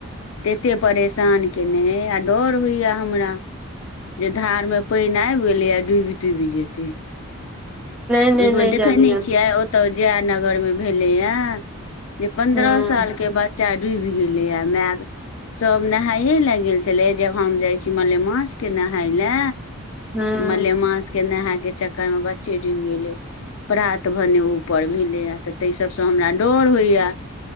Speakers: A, on the left; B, in the centre.
A: तते परेशान केने आ डर होइया हमरा जे धारमे पाएन आबि गेलेया डूब टुब जेतै
B: नहि
A: एकबेर देखे
B: जाय दियौन
A: नहि छियै। तौ जय नगरमे भेले या जे पन्द्रह
B: हूँ
A: सालके बच्चा डूबि गेले य मै सभ नहाामयए लए गेल छलै जब हम जाइ छी मलेमास के नहाय ले
B: हूँ
A: मलेमास के नहायके चक्करमें बच्ची डुबि गेलै प्रात भेने ऊपर भेलै। ताहि सभसँ हमरा डर होइया